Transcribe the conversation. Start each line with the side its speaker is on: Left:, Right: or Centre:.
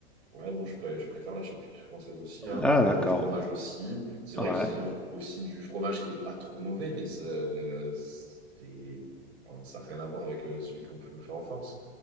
Right: Ouais, non, je, pré- je préfère la charcuterie française aussi, hein.
Centre: Ah, d'accord.
Right: Le fromage aussi. C'est vrai
Centre: Ouais.
Right: qu'ils ont aussi du fromage qui est pas trop mauvais, mais ça, c'est, enfin, ça n'a rien à voir avec euh, celui qu'on peut faire en France.